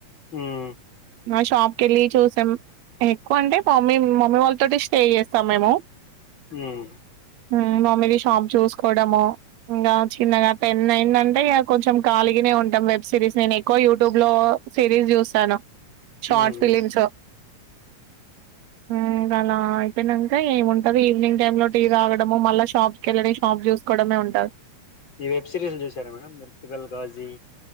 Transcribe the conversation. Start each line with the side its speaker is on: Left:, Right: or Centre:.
Left: మ్మ్
Right: మా షాప్కివెళ్ళి చూసాం ఎక్కువ అంటే మమ్మీ మమ్మీ వాళ్ళతోటి స్టే చేస్తాం మేము
Left: మ్మ్
Right: మ్మ్ మమ్మీ తీస్ షాప్ చూసుకోడము ఇంగా చిన్నగా పెన్ అయిందంటే ఇగ కొంచెం కాలిగనే ఉంటాం వెబ్ సిరీస్ నేను ఎక్కువ యూట్యూబ్ లో సిరీస్ చూస్తాను షార్ట్
Left: ఉమ్
Right: ఫిలిమ్స్ మ్మ్ ఇంగ అలా అయిపోయినాంక ఏముంటది ఈవినింగ్ టైమ్ లో టీ తాగడము మళ్ళా షాప్ కెళ్ళని షాప్ చూసుకోవడమే ఉంట
Left: ఈ వెబ్ సిరీస్ లో చూసారా మేడం మెర్తుకల్ గాజీ